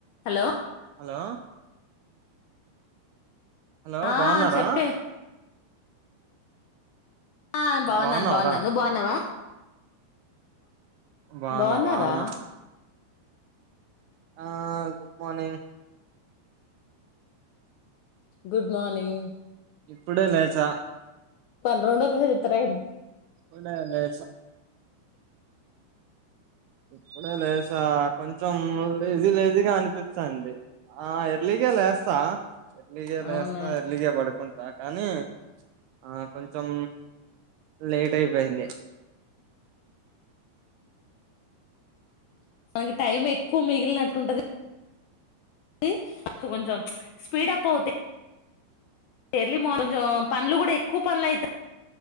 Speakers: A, on the left; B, on the right.
A: Hello
B: hello hello
A: ఆ
B: బాగున్నారా
A: చెప్పే ఆ బాగున్నాను
B: బాగున్నావారా
A: బాగున్నాను నువ్ బాగున్నావా
B: బాగున్నా
A: బాగున్నారా
B: బాగున్నా ఆ గుడ్ మార్నింగ్
A: గుడ్ మార్నింగ్
B: ఇప్పుడే లేచా
A: పన్ రెండు ఒకసార్ చెప్తరే ఏటి
B: ఇపుడే లేస ఇప్పుడే లేసా కొంచెం లేజి లేజిగా అనిపిచ్చాంది ఆ ఎర్లిగ లేస్తా ఎర్లీగే లేస్తా,
A: అవునా
B: ఎర్లీగే పడుకుంటా కానీ ఆ. కొంచెం లేట్ అయిపోయింది
A: <unintelligible> టైం ఎక్కువ మిగిలినట్టుంటది <inaudible> కొంచెం స్పీడ్ అప్ అవుతే ఎర్లీ మా <inaudible> కొంచం పనులు గూడా ఎక్కువ పనులు అయిత.